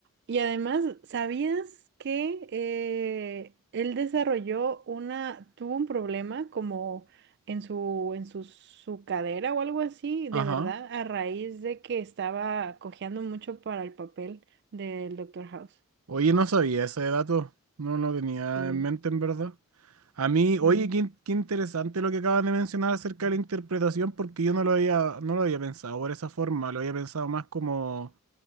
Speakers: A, on the right; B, on the right.
A: Y además, ¿sabías que eh, él desarrolló una, tuvo un problema como en su, en su, su cadera o algo así, de
B: Ajá.
A: verdad, a raíz de que estaba cojeando mucho para el papel del Doctor House?
B: Oye, no sabía ese dato. No lo tenía
A: Sí,
B: en mente, en verdad. A mí,
A: sí.
B: oye, qué, in- qué interesante lo que acabas de mencionar acerca de la interpretación, porque yo no lo había, no lo había pensado por esa forma. Lo había pensado más como.